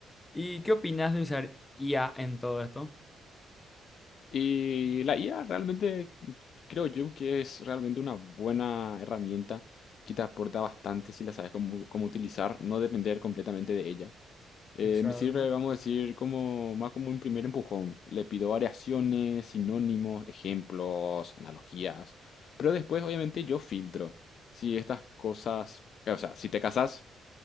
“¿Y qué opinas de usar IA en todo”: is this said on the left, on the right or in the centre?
Left